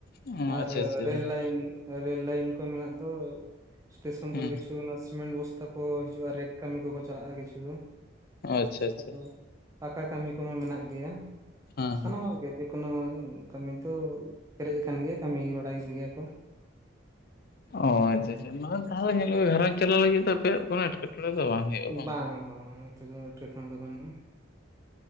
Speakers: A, on the left; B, on the right.
A: ᱚ
B: ᱟᱨ
A: ᱟᱪᱪᱷᱟ ᱟᱪᱪᱷᱟ
B: ᱨᱮᱞ ᱞᱟᱭᱤᱱᱼᱼ ᱨᱮᱹᱞ ᱞᱟᱭᱤᱱ ᱠᱚ ᱢᱮᱱᱟᱜ ᱫᱚᱼᱼ ᱥᱴᱮᱥᱚᱱ
A: ᱦᱮᱸ
B: ᱠᱚᱨᱮ ᱠᱤᱪᱷᱩ ᱚᱱᱟ ᱥᱤᱢᱮᱱᱴ ᱵᱚᱥᱛᱟ ᱠᱚ ᱦᱤᱡᱩᱜᱼᱟ ᱨᱮᱠ ᱠᱟᱹᱢᱤ ᱠᱚᱠᱚ ᱪᱟᱞᱟᱜᱼᱟ ᱠᱤᱪᱷᱩ ᱫᱚ᱾
A: ᱟᱪᱪᱷᱟ ᱟᱪᱪᱷᱟ᱾
B: ᱟᱨ ᱯᱟᱠᱟ ᱠᱟᱹᱢᱤ ᱠᱚᱢᱟ ᱢᱮᱱᱟᱜ ᱜᱮᱭᱟ
A: ᱦᱮᱸ
B: ᱥᱟᱱᱟᱢᱟᱜ ᱜᱮ᱾ ᱡᱮᱠᱳᱱᱳ ᱠᱟᱹᱢᱤ ᱫᱚ ᱯᱮᱨᱮᱡ ᱟᱠᱟᱱ ᱜᱮᱭᱟ ᱠᱟᱹᱢᱤ ᱵᱟᱲᱟᱭ ᱜᱮᱭᱟ ᱠᱚ᱾
A: ᱚ ᱟᱪᱪᱷᱟ ᱟᱪᱪᱷᱟ ᱱᱚᱜᱚᱭ ᱛᱟᱦᱚᱞᱮ ᱧᱮᱞᱚᱜᱼᱟ ᱜᱷᱟᱨᱚᱸᱡᱽ ᱪᱟᱞᱟᱣ ᱞᱟᱹᱜᱤᱫ ᱛᱮ ᱟᱯᱭᱟᱜ ᱠᱚᱱᱚ ᱮᱴᱠᱮᱴᱚᱸᱬᱮ ᱫᱚ ᱵᱟᱝ ᱦᱩᱭᱩᱜᱼᱟ᱾ ᱵᱟᱝ?
B: ᱵᱟᱝᱟ ᱵᱟᱝᱟ ᱱᱚᱛᱮ ᱫᱚ ᱮᱴᱠᱮᱴᱚᱸᱬᱮ ᱫᱚ ᱵᱟᱱᱩᱜᱼᱟ᱾